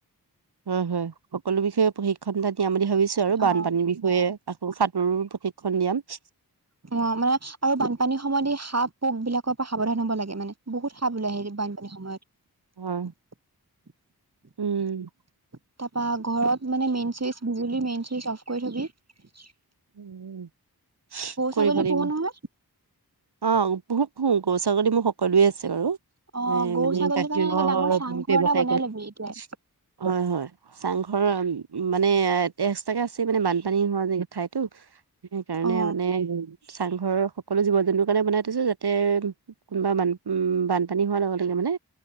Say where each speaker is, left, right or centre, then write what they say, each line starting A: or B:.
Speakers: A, on the right; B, on the right.
A: হয় হয়, সকলো বিষয়ে প্ৰশিক্ষন এটা দিয়াম বুলি ভাবিছো আৰু
B: অ
A: বানপানীৰ বিষয়ে আ সাঁতোৰৰ প্ৰশিক্ষণ দিয়াম ছি ছিই
B: অ, মানে আৰু বানপানীৰ সময়ত এই সাঁপ, পোক বিলাকৰ পৰা সাৱধান হ'ব লাগে মানে বহুত সাঁপ ওলাই হেৰি বানপানীৰ সময়ত
A: হয় উম
B: তাৰপৰা ঘৰত মানে মেইন চুইচ বো বিয়লি মেইন চুইচ অফ কৰি থবি চিচি চিয়া
A: উম উ উস্ কৰিব
B: ছাগলী
A: লাগিব
B: পোহো নহয়
A: অ উহ উহ গৰু-ছাগলী মোৰ সকলোৱে আছে বাৰু
B: অ
A: অই এই
B: গৰু
A: মানে
B: ছাগলীৰ
A: গাখীৰৰ
B: কাৰণে এনেকে
A: ব্যৱসায়
B: ডাঙৰ চাংঘৰ এটা
A: হোটেলতে
B: বনাই
A: এইখিনি
B: লবি এতিয়াই
A: সিস্ কৰা হয়। চাংঘৰ আম মানে ইয়াত এক্সট্ৰাকে আছে মানে বানপানী হোৱা ঠাইতো। সেইকাৰণে
B: অ
A: মানে এ এই হুম। চাংঘৰৰ সকলো জীৱ-জন্তুৰ কাৰণে বনাই থৈছো যাতে উমহ্ কোনোবা বান উম উ উ বানপানী হোৱাৰ লগতে কিবা। মানে